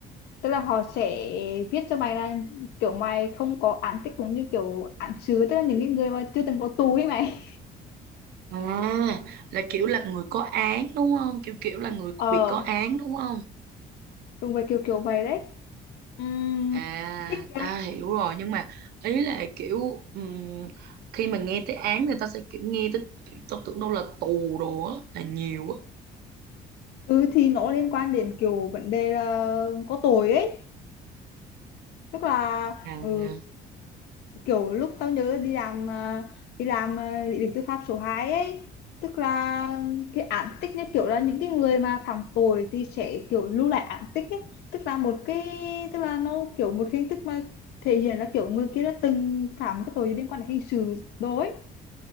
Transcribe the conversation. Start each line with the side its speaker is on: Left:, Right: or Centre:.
Left: tức là họ sẽ viết cho mày là kiểu mày không có án tích cũng như kiểu án sứ tức là những cái người mà chưa từng có tù ấy mày
Right: À, là kiểu là người có án đúng không? Kiểu kiểu là người
Left: <laughs> ờ
Right: bị có án đúng không?
Left: đúng vậy kiểu kiểu vậy đấy Ừm,
Right: À,
Left: tích
Right: ta
Left: ra
Right: hiểu rồi. Nhưng mà ý là kiểu ừm, khi mà nghe tới án thì ta sẽ kiểu nghe tới, tao tưởng đâu là tù đồ á, là nhiều á.
Left: ừ, thì nó liên quan đến kiểu vấn đề là có tội ấy tức là
Right: À.
Left: ừ, kiểu lúc tao nhớ đi làm ờ, đi làm ờ, lý lịch tư pháp số 2 ấy tức là cái án tích như kiểu là những cái người mà phạm tội thì sẽ kiểu lưu lại án tích ấy tức là một cái tức là nó kiểu một hình thức mà thể hiện là kiểu người kia đã từng phạm cái tội liên quan đến hình sự đối